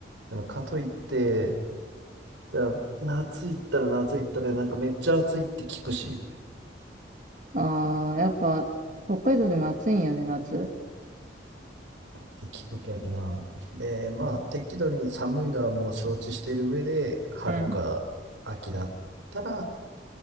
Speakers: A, on the right; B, on the right.
A: でもかといって、じゃあ夏行ったら夏行ったらなんかめっちゃ暑いって聞くし、
B: ああ、やっぱ、北海道でも暑いんやね、夏。
A: って聞くけんな。で、まあ適度に寒いのはもう承知してる上で、春か秋だったら、
B: うん。